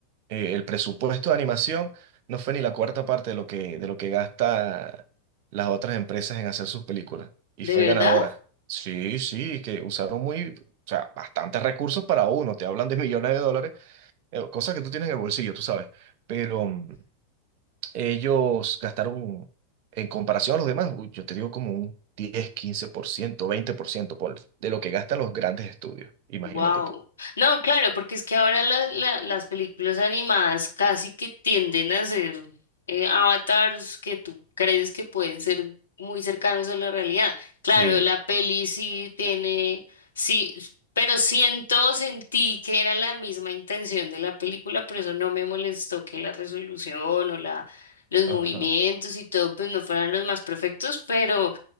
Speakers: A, on the right; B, on the left.
A: eh, el presupuesto de animación no fue ni la cuarta parte de lo que, de lo que gasta las otras empresas en hacer sus películas. Y
B: ¿De
A: fue
B: verdad?
A: ganadora. Sí, sí, que usaron muy, o sea, bastantes recursos para uno. Te hablan de millones de dólares, eh, cosas que tú tienes en el bolsillo, tú sabes. Pero... mm, ellos gastaron, en comparación a los demás, uy, yo te digo como un 10, 15%, 20% por, ciento por, de lo que gastan los grandes estudios. Imagínate
B: Wow.
A: tú.
B: No, claro, porque es que ahora la- la- las películas animadas casi que tienden a ser eh, avatars que tú crees que pueden ser muy cercanos a la realidad. Claro,
A: Sí,
B: la peli sí tiene, sí, pero siento, sentí que era la misma intención de la película, por eso no me molestó que la resolución o la, los movimientos
A: ajá.
B: y todo, pues no fueran los más perfectos, pero